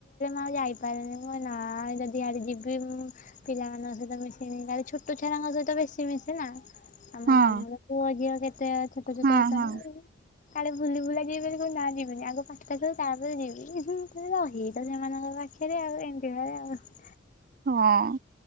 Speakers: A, on the left; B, on the right.
A: ଆଉ ଯାଇପାରନି ମୁଁ ନାଁ ଯଦି ଆଜି ଯିବି ମୁଁ ପିଲାମାନଙ୍କ ସହିତ ମିଶିନି ଖାଲି ଛୋଟ ଛୁଆଙ୍କ ସହିତ ବେଶୀ ମିସେନା। ଆମ
B: ହଁ
A: ମାମୁଁ ର ପୁଅ ଝିଅ କେତେ ଛୋଟ ଛୋଟ
B: ହଁ
A: ଅଛନ୍ତି?
B: ହଁ
A: କାଳେ ବୁଲି ବୁଲା ଯିବନି କହିଁ ନା ଯିବିନି ଆଗ ପାଠ ଟା ସରୁ ତାପରେ ଯିବି ରହି ତ ସେମାନଙ୍କର ପା ଖିରୀ ଆଗରୁ ଏମିତି ହୁଏ।
B: ହଁ।